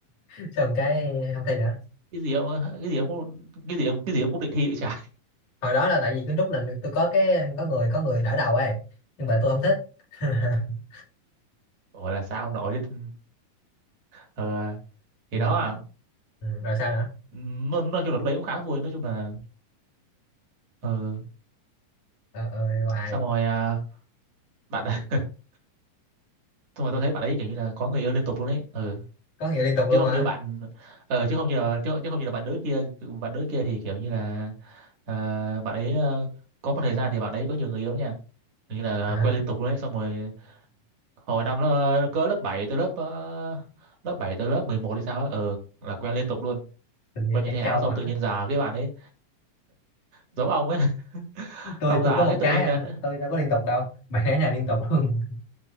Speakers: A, on the left; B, on the right.
A: xong cái không thi nữa
B: cái gì ông cái gì ông cũng- cái gì ông cái gì ông cũng định thi vậy trời
A: hồi đó là tại vì kiến trúc là tôi có cái có người có người đỡ đầu ấy nhưng mà tôi không thích <laughs>
B: gọi <laughs> là sao ông nội thế ờ, thì
A: ừ,
B: đó à.
A: ừ, rồi sao nữa
B: nói, nói chung là lúc đấy cũng khá vui nói chung là ờ,
A: ờ, ờ, hoài
B: xong rồi à, bạn <laughs> xong rồi tôi thấy bạn ấy kiểu như là có người yêu liên tục luôn ấy Ờ
A: có người liên tục luôn
B: chứ không
A: hả
B: như bạn ờ, chứ không như chứ, chứ không như là bạn nữ kia bạn nữ kia thì kiểu như là ờ, bạn ấy ờ, có một thời gian thì bạn ấy có nhiều người yêu lắm nha như là
A: à,
B: ờ, quen liên tục luôn đấy xong rồi hồi năm nó cỡ lớp 7 tới lớp ờ, lớp 7 tới lớp 11 hay sao á, ờ là quen liên tục luôn
A: tình yêu
B: quen
A: trẻ
B: như thay áo
A: trâu
B: xong tự nhiên già cái bạn ấy giống ông ấy <laughs>
A: <laughs> tôi
B: xong
A: tôi
B: già
A: có một
B: cái tự
A: cái
B: nhiên
A: à,
B: ờ,
A: tôi đâu có liên tục đâu bạn ấy là liên tục luôn <laughs>